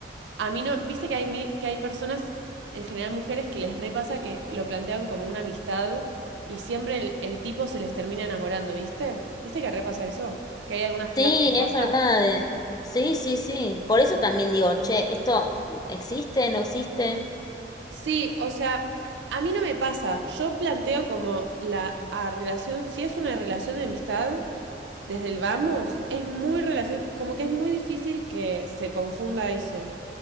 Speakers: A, on the right (about 85°); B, on the left (about 20°).
A: a mí no, viste que hay, mi- que hay personas, en general mujeres, que les repasa que lo plantean como una amistad y siempre el, el tipo se les termina enamorando, ¿viste? ¿Viste que repasa eso? Que hay algunas pibas
B: sí,
A: que les pasa.
B: es verdad. eh, Sí, sí, sí. Por eso también digo, che, ¿esto existe, no existe?
A: Sí, o sea, a mí no me pasa. Yo planteo como la a relación, si es una relación de amistad, desde el vamos, es muy relación, como que es muy difícil que se confunda eso.